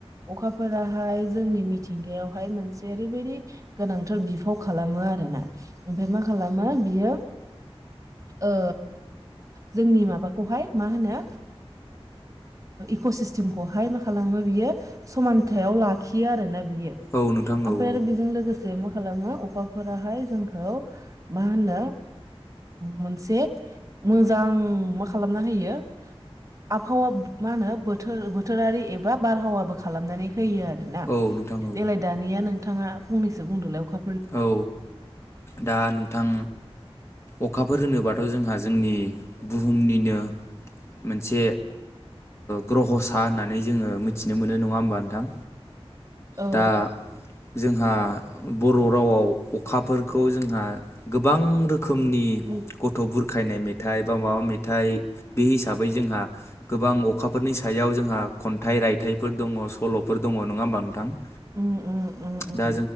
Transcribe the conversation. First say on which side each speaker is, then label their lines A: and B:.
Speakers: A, on the right (about 30°); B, on the left (about 25°).
A: अखाफोराहाय जोंनि मिथिंगायावहाय मोनसे ओरैबायदि गोनांथार बिफाव खालामो आरो। ओमफ्राय मा खालामो बियो ओ जोंनि माबाखौहाय मा होनो इक' सिस्टेमखौहाय मा खालामो बियो समानथायाव लाखियो आरोना।
B: औ नोंथां
A: ओमफ्राय
B: औ
A: आरो बिजों लोगोसे मा खालामो अखाफोराहाय जोंखौ मा होनो मोनसे मोजां मा खालामना होयो आबहावा मा होनो बोथोरारि एबा बारहावाबो खालामनानै होयो आरोोना
B: औ नोंथां औ
A: देग्लाय दानिया नों नाङा फंनैसो बुंदोलाय अखा
B: औ दा नोंथां अखाफोर होनोबाथ' जोंहा जोंनि बुहुमनिनो मोनसे ग्रह'सा होननानै जोङो मिथिनो मोनो नङा होमबा नोंथां?
A: औ
B: दा जोंहा बर' रावआव अखाफोरखौ जोंहा गोबां रोखोमनि
A: उम
B: गथ'फोर बुरखायनाय मेथाइ बा माबा मेथाइ बे हिसाबै जोंहा गोबां अखाफोरनि सायाव जोंहा खन्थाइ रायथाइफोर दङ सल'फोर दङ नङा होमबा नोंथां?
A: उ उ उ उ।
B: दा